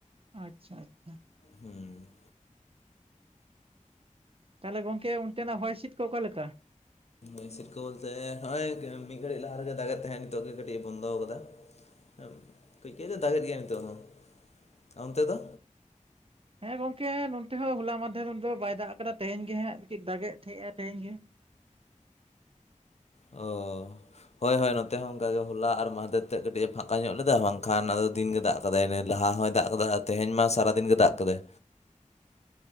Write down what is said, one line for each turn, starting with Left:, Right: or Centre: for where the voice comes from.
Right: ᱟᱪᱷᱟ ᱟᱪᱷᱟ ᱾
Left: ᱦᱩᱸᱻ᱾
Right: ᱛᱟᱞᱦᱮ ᱜᱚᱝᱠᱮ ᱚᱱᱛᱮ ᱱᱟᱜ ᱦᱚᱭ ᱦᱤᱥᱤᱫ ᱠᱚ ᱚᱠᱟᱞᱮᱠᱟ?
Left: ᱦᱤᱥᱤᱫ ᱠᱚ ᱵᱚᱞᱛᱮ ᱦᱚᱜᱼᱚᱭ ᱢᱤᱫ ᱜᱷᱟᱹᱲᱤᱡ ᱞᱟᱦᱟ ᱨᱮᱜᱮ ᱫᱟᱜᱮᱜ ᱛᱟᱦᱮᱸᱜ, ᱱᱤᱛᱚᱜ ᱜᱮ ᱠᱟᱹᱴᱤᱡ ᱵᱚᱱᱫᱚ ᱠᱟᱫᱟ ᱾ ᱠᱟᱹᱡ ᱠᱟᱹᱡ ᱫᱚ ᱫᱟᱜᱮᱜ ᱜᱮᱭᱟ ᱱᱤᱛᱚᱜ ᱦᱚᱸ ᱚᱱᱛᱮ ᱫᱚ?
Right: ᱦᱮᱸ ᱜᱚᱝᱠᱮ ᱱᱚᱛᱮ ᱦᱚᱸ ᱦᱚᱞᱟ ᱢᱟᱫᱽᱷᱮᱨ ᱫᱚ ᱵᱟᱭ ᱫᱟᱜ ᱠᱟᱫᱟ, ᱛᱮᱦᱮᱧ ᱜᱮ ᱦᱟᱸᱜ ᱠᱟᱹᱡ ᱫᱟᱜ ᱮᱫ ᱛᱟᱦᱮᱸᱜᱼᱟ, ᱛᱮᱦᱮᱧ ᱜᱮ᱾
Left: ᱚᱸᱻ᱾ ᱦᱳᱭᱻ ᱦᱳᱭᱻ ᱱᱚᱛᱮ ᱦᱚᱸ, ᱚᱱᱠᱟ ᱜᱮ ᱦᱚᱞᱟ ᱟᱨ ᱢᱟᱦᱫᱮᱨ ᱛᱮᱫ ᱠᱟᱹᱴᱤᱡ ᱮ ᱯᱷᱟᱸᱠᱟ ᱧᱚᱜ ᱞᱮᱫᱟ᱾ ᱵᱟᱝ ᱠᱷᱟᱱ ᱟᱫᱚ ᱫᱤᱱ ᱜᱮ ᱫᱟᱜ ᱠᱟᱫᱟᱭ ᱞᱟᱦᱟ ᱦᱚᱸᱭ ᱫᱟᱜ ᱠᱟᱫᱟ, ᱟᱨ ᱛᱮᱦᱮᱧ ᱢᱟ ᱥᱟᱨᱟᱫᱤᱱ ᱜᱮᱭ ᱫᱟᱜ ᱠᱟᱫᱟᱭ᱾